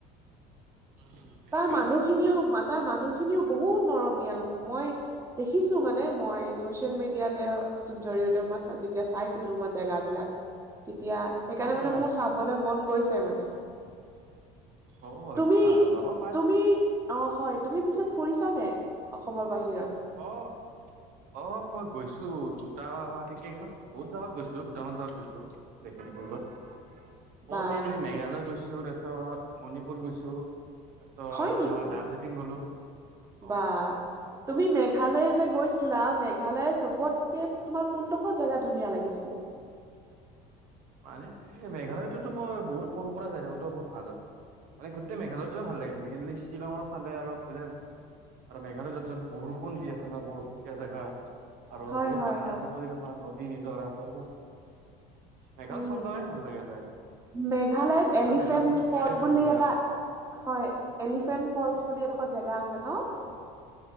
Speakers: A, on the right; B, on the right.
A: উম। সেইটোৱে
B: তাৰ মানুহখিনিও মাতা মানুহখিনিও বহুত মৰমীয়াল মই দেখিছোঁ মানে মই ছ'চিয়েল মিডিয়াতে জৰিয়তে মই যেতিয়া চাইছিলোঁ মই জেগাবিলাক। তেতিয়া সেইকাৰণে
A: অ কোৱা
B: মানে মোৰ চাবলৈ মন গৈছে মানে।
A: অ'
B: তুমি
A: আচ্ছা যাবা
B: তুমি অ' হয় তুমি পিছে ফুৰিছানে অসমৰ বাহিৰত?
A: অ'। অ' মই গৈছোঁ দুটা তেকেইখন বহুত জাগাত গৈছোঁ দুটামান জাগাত গৈছোঁ। <unintelligible> মই
B: বা
A: মেইনলি মেঘালয় গৈছোঁ তাৰপিছত মণিপুৰ গৈছোঁ। তাৰপিছত
B: হয় নেকি
A: আমাৰ দাৰ্জিলিং গ'লো,
B: বা
A: অ'।
B: তুমি মেঘালয় যে গৈছিলা মেঘালয় চবতকে তোমাৰ কোনডোখৰ জেগা ধুনীয়া লাগিছিলে?
A: মানে এই মেঘালয়তোতো মই বহুত সৰু পৰা যাই থাকোঁ ত' বহুত ভাল হয়। মানে গোটেই মেঘালয়টোৱে ভাল লাগে মেইনলি শ্বিলঙৰ ফালে <unintelligible> আৰু মেঘালয়ত য'ত য'ত বৰষুণ দি আছে নহয় বৰষুণ দিয়া জেগা। আৰু
B: হয়
A: বহুত
B: হয়
A: পাহাৰ
B: হয়
A: আছে ত' এনেকুৱা নদী নিজৰ ত' সেইটো মেঘালয়
B: উম,
A: চব জেগাই ভাল লাগে যায়
B: মেঘালয়ত
A: পুৰা
B: এলিফেণ্ট
A: মেঘালয়তো চিনাৰীটো
B: ফলচ বুলি
A: বঢ়িয়া
B: এটা হয় এলিফেন্ট ফলচ বুলি এডোখৰ জেগা আছে ন'।